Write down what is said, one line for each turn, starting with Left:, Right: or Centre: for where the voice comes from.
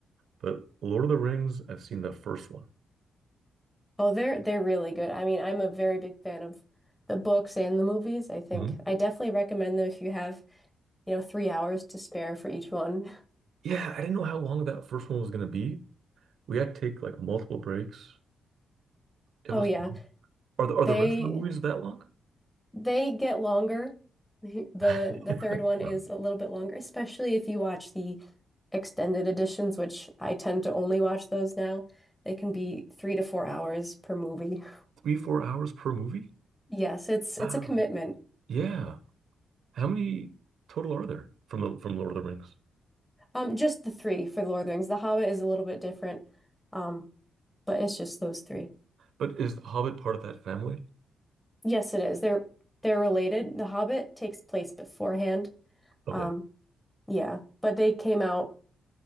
Right: but Lord of the Rings, I've seen the first one.
Centre: Oh, they're they're really good. I mean, I'm a very big fan of the books and the movies. I think
Right: Mhm.
Centre: I definitely recommend them if you have, you know, three hours to spare for each one. <laughs>
Right: Yeah, I didn't know how long that first one was gonna be. We had to take like multiple breaks. It
Centre: Oh
Right: was
Centre: yeah.
Right: long. Are the are
Centre: They
Right: the rest of the movies that long?
Centre: they get longer. The the
Right: <laughs>
Centre: the third one is
Right: Um,
Centre: a little bit longer, especially if you watch the extended editions, which I tend to only watch those now. They can be three to four hours per movie. <laughs>
Right: Three, four hours per movie?
Centre: Yes, it's it's
Right: Wow.
Centre: a commitment.
Right: Yeah. How many total are there from the from Lord of the Rings?
Centre: Um, just the three for Lord of the Rings. The Hobbit is a little bit different. Um, but it's just those three.
Right: But is The Hobbit part of that family?
Centre: Yes, it is. They're they're related. The Hobbit takes place beforehand.
Right: Okay.
Centre: Um, yeah, but they came out